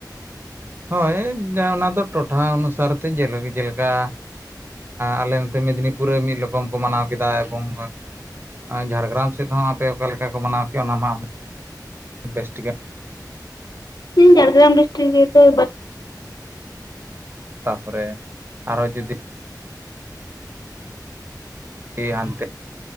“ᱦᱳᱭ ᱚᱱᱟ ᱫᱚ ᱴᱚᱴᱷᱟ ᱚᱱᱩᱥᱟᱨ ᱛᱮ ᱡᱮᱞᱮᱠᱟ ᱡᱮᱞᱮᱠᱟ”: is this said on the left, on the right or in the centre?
Right